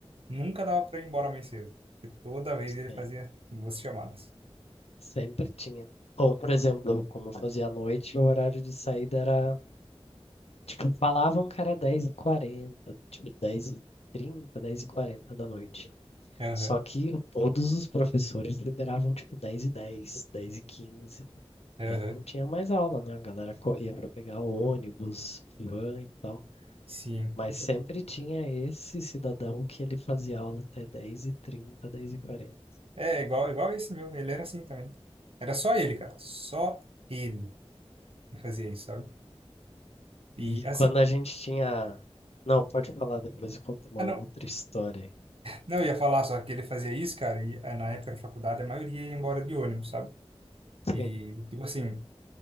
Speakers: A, on the right; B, on the left.
A: nunca dava pra ir embora mais cedo. Porque toda vez ele
B: Sim.
A: fazia duas chamadas.
B: Sempre tinha. Ou, por exemplo, como eu fazia à noite, o horário de saída era, tipo, falavam que era dez e quarenta, tipo, dez e trinta, dez e quarenta da noite.
A: Aham,
B: Só que todos os professores liberavam, tipo, dez e dez, dez e quinze.
A: aham,
B: já não tinha mais aula, né? A galera corria para pegar ônibus, van e tal.
A: sim.
B: Mas sempre tinha esse cidadão que ele fazia aula até dez e trinta dez e quarenta
A: É, igual, igual esse meu, ele era assim também. Era só ele, cara, só ele que fazia isso, sabe? E
B: E
A: assim,
B: quando a gente tinha. Não, pode falar depois, eu conto uma
A: ah, não.
B: outra história.
A: Não, eu ia falar só que ele fazia isso, cara, e eh, na época da faculdade a maioria ia embora de ônibus, sabe? E,
B: Sim,
A: tipo assim,